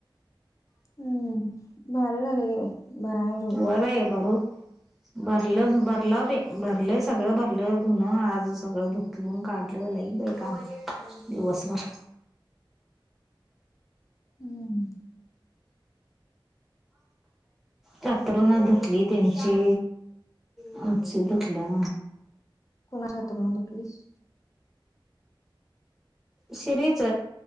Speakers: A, on the left; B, in the centre.
A: हम्म भारी झालं गेले भराने झोपा
B: व्हय बई बरं. भरलं भरलाव बई भरलय सगळं भरलय आज सगळ धुन धून काढलं लय बई काम दिवसभर
A: हम्म.
B: अंथरुण धुतली त्यांची. आमची धुतल्या.
A: कोणाची हातरुन धुतलीस?
B: शिरीच,